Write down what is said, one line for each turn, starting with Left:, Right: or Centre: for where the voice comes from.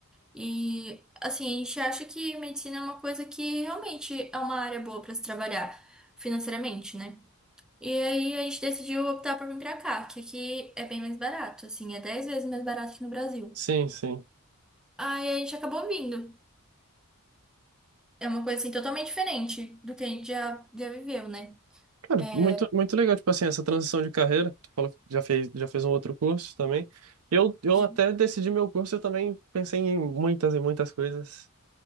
Centre: E assim, a gente acha que medicina é uma coisa que realmente é uma área boa para se trabalhar financeiramente, né? E aí a gente decidiu optar por vir pra cá, que aqui é bem mais barato, assim, é 10 vezes mais barato que no Brasil.
Right: sim, sim.
Centre: Aí a gente acabou vindo. É uma coisa assim totalmente diferente do que a gente já, já viveu, né?
Right: Cara,
Centre: É,
Right: muito, muito legal, tipo assim, essa transição de carreira. Tu falou que já fez, já fez um outro curso também. Eu, eu
Centre: já-
Right: até decidi meu curso, eu também pensei em muitas e muitas coisas.